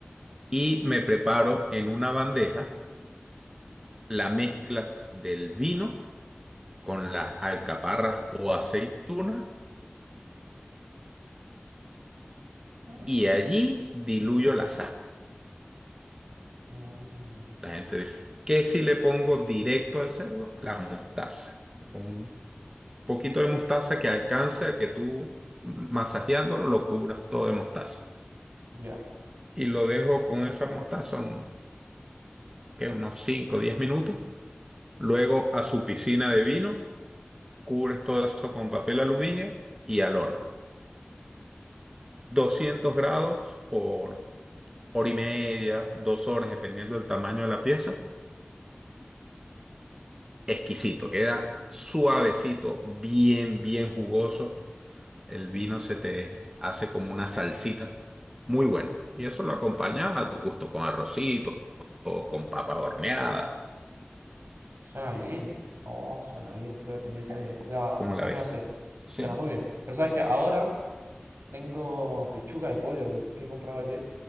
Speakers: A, on the right; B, on the right.
A: Y me preparo en una bandeja la mezcla del vino con las alcaparras o aceitunas
B: ¿Ya?
A: y allí diluyo la sal.
B: Oh,
A: La gente dice, ¿qué si le pongo directo al cerdo? La mostaza. Le pongo un poquito de mostaza que alcance a que tú masajeándolo lo cubras todo de mostaza.
B: ya.
A: y lo dejo con esa mostazón, que unos 5 o 10 minutos. Luego a su piscina de vino, cubres todo eso con papel aluminio y al horno. doscientos grados por hora y media, dos horas, dependiendo del tamaño de la pieza. Exquisito, queda suavecito, bien, bien jugoso. El vino se te hace como una salsita. Muy bueno. Y eso lo acompaña a tu gusto con arrocito o con papas horneadas.
B: Suena bien. Oh, suena bien. Voy a tener que, voy a
A: ¿Cómo
B: pensar
A: la ves?
B: en hacerlo.
A: Sí.
B: Suena muy bien. Pero sabes que ahora tengo pechuga de pollo que, que compraba ayer